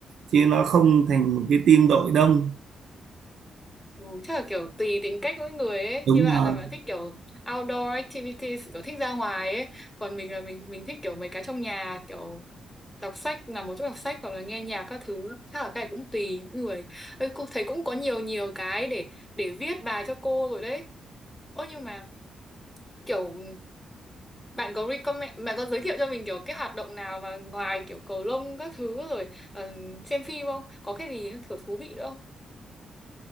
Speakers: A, on the right; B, on the left.
A: chứ nó không thành một cái team đội đông
B: Ừ, chắc là kiểu tùy tính cách mỗi người ấy
A: Đúng
B: như bạn
A: rồi.
B: là bạn thích kiểu outdoor activities kiểu thích ra ngoài ấy còn mình là mình mình thích kiểu mấy cái trong nhà kiểu đọc sách nằm một chỗ đọc sách hoặc là nghe nhạc các thứ chắc là cái này cũng tùy mỗi người Ê, cô thấy cũng có nhiều nhiều cái để để viết bài cho cô rồi đấy ôi nhưng mà kiểu bạn có recommend bạn có giới thiệu cho mình kiểu cái hoạt động nào mà ngoài kiểu cầu lông các thứ rồi ờ, xem phim không có cái gì kiểu thú vị nữa